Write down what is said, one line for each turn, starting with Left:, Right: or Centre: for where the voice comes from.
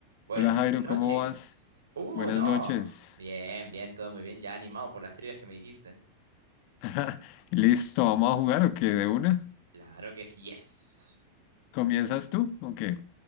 Right: Buenas
Left: Hola Jairo,
Right: noches.
Left: ¿cómo vas?
Right: Uh,
Left: Buenas
Right: no.
Left: noches.
Right: Bien, bien, todo muy bien. Ya animado por las trivias que me dijiste.
Left: <laughs> Listo, ¿vamos a jugar o qué? ¿De una?
Right: Claro que sí, yes.
Left: ¿Comienzas tú o qué?